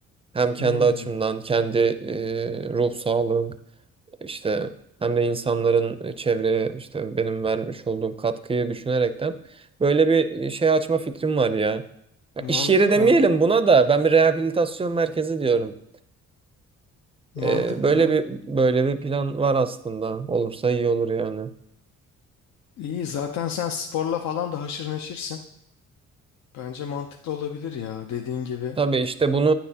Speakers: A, on the right (about 20°); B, on the left (about 70°).
A: Hem kendi
B: Hmm.
A: açımdan, kendi eee, ruh sağlığım işte hem de insanların e, çevreye işte benim vermiş olduğum katkıyı düşünerekten böyle bir e, şey açma fikrim var ya. Ya
B: Mantıklı.
A: İş yeri demeyelim buna da ben bir rehabilitasyon merkezi diyorum.
B: Mantıklı.
A: Ee, böyle bir böyle bir plan var aslında. Olursa iyi olur yani.
B: İyi zaten sen sporla falan da haşır neşirsin. Bence mantıklı olabilir ya dediğin gibi.
A: Tabii işte bunu